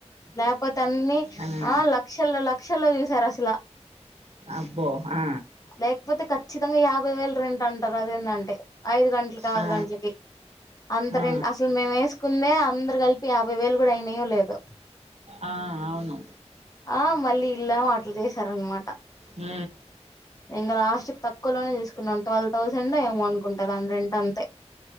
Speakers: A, on the left; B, on the right.
A: లేకపోతే అన్ని
B: అనా
A: ఆ లక్షల్లో లక్షల్లో చూసారు అసలు
B: అబ్బో ఆ
A: లేకపోతే ఖచ్చితంగా యాభై వేల రెంట్ అంటారు అదేంటంటే ఐదు గంటలకి ఆరు
B: ఆ
A: గంటలకి అంతరెంట్
B: ఆ
A: అసలు మేము వేసుకుందే అందరు కలిపి ఇ యాభై వేలు కూడా అయినయో లేదొ
B: ఆ అవును
A: ఆ మళ్ళీ ఇళ్ళం అట్లు చేసారనమాట
B: హ
A: ఇంక లాస్ట్ తక్కులోనే చూసుకున్నాం ట్వల్వ్ థౌసండ్ ఏమ అనుకుంటాం దాని రెంటంతే